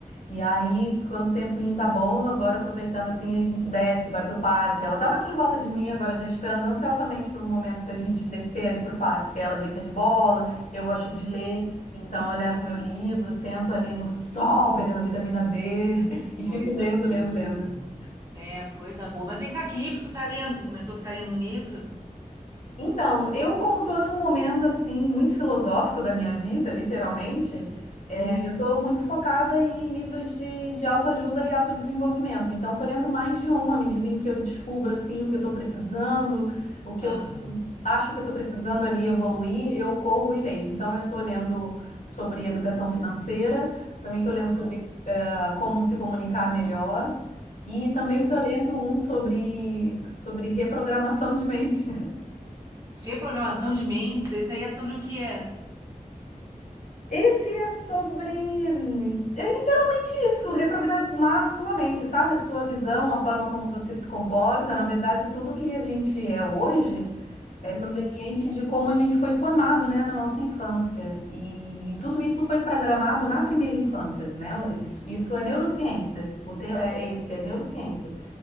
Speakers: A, on the left (about 60°); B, on the right (about 25°).
A: E aí, quando o tempinho tá bom, agora aproveitando assim, a gente desce, vai pro parque. Ela tava aqui em volta de mim, agora já esperando ansiosamente para o momento da gente descer ali pro parque, que ela brinca de bola, eu gosto de ler. Então eu levo meu livro, sento ali no sol, pegando vitamina D <laughs> e
B: coisa
A: fico lendo,
B: boa.
A: lendo, lendo.
B: É, coisa boa. Mas vem cá, que livro tu tá lendo? Tu comentou que tá lendo um livro?
A: Então, eu como estou num momento assim muito filosófico da minha vida, literalmente, é,
B: Hum,
A: eu estou muito focada em livros de, de autoajuda e autodesenvolvimento. Então, estou lendo mais de um à medida em que eu descubro assim o que eu estou precisando, o que
B: aham.
A: eu acho que eu estou precisando ali evoluir, eu corro e leio. Então, eu estou lendo sobre educação financeira, também estou lendo
B: Ah,
A: sobre eh, como se comunicar melhor. E também
B: legal.
A: estou lendo um sobre, sobre reprogramação de mente.
B: Reprogramação de mentes, esse aí é sobre o quê?
A: Esse é sobre. hum, É literalmente isso, reprogramar a sua mente, sabe? A sua visão, a forma como você se comporta. Na verdade, tudo que a gente é hoje é
B: Hum.
A: proveniente de como a gente foi formado, né, na nossa infância. E tudo
B: Ah,
A: isso foi programado na primeira infância, né? Isso isso é neurociência. O tema é é esse, é neurociência.
B: é.